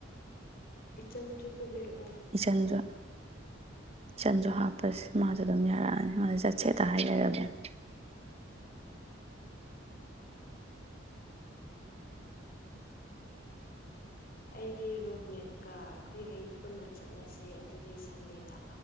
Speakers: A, on the left; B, on the right.
A: ꯏꯆꯟꯁꯨ ꯄꯨꯕꯤꯔꯣꯑꯣ
B: ꯏꯆꯟꯒ ꯆꯟꯁꯨ ꯍꯥꯞꯄꯁꯦ ꯃꯥꯁꯨ ꯑꯗꯨꯝ ꯌꯥꯔꯛꯑꯅꯤ ꯃꯥꯁ ꯆꯠꯁꯦꯠꯇ ꯍꯥꯏ ꯂꯩꯔꯕꯅꯤ
A: ꯑꯩꯒꯤ ꯔꯨꯝꯃꯦꯠꯀꯥ ꯑꯩꯈꯣꯏꯒꯩ ꯄꯨꯟꯅ ꯆꯠꯅꯁꯤ ꯑꯗꯨꯗꯤ ꯁꯟꯗꯦꯗ